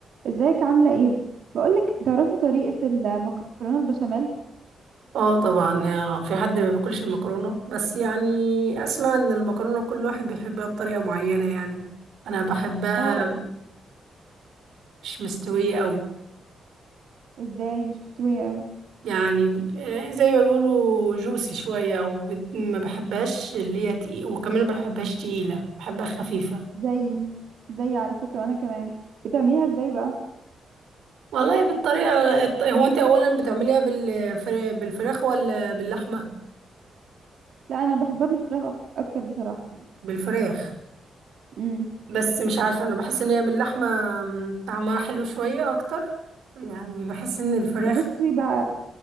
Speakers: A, on the right (about 65°); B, on the right (about 90°).
A: ازيك عاملة ايه؟ بقولك تعرفي طريقة المكرونة البشاميل؟
B: اه طبعا يا- في حد ما بياكلش المكرونه بس يعني اسمع ان المكرونه كل واحد بيحبها بطريقه معينه يعني انا بحبها
A: اه
B: مش مستويه قوي
A: ازاي مش مستوية اوي
B: يعني آه، زي ما بيقولوا جوسي شويه وما بحبهاش اللي هي تقيل وكمان ما بحبهاش تقيله بحبها خفيفه
A: زي زي على فكرة وانا كمان بتعمليها ازاي بقى؟
B: والله بالطريقه الط- هو انت اولا بتعمليها بالفراخ بالفراخ ولا باللحمه
A: لا انا بحبها بالفراخ أك- اكتر بصراحة
B: بالفراخ
A: امم
B: بس مش عارفة أنا بحس إن هي باللحمة م، طعمها حلو شوية أكتر يعني بحس إن الفراخ
A: بصي بقى